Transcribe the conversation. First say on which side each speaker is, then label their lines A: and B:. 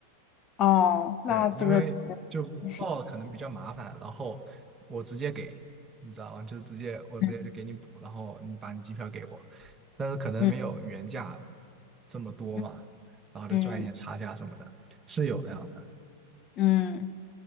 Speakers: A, on the left (about 35°); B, on the right (about 15°).
A: 哦，那这个
B: 对，因为就报可能比较麻烦，
A: <laughs> 不行，
B: 然后我直接给，你知道吗？就直接我直接就给你补，
A: 嗯
B: 然后你把你机票给我，但是可能没有原价
A: 嗯
B: 这么多嘛，
A: 嗯。
B: 然后就赚一些差价什么的，
A: 嗯
B: 是有这样的。
A: 嗯，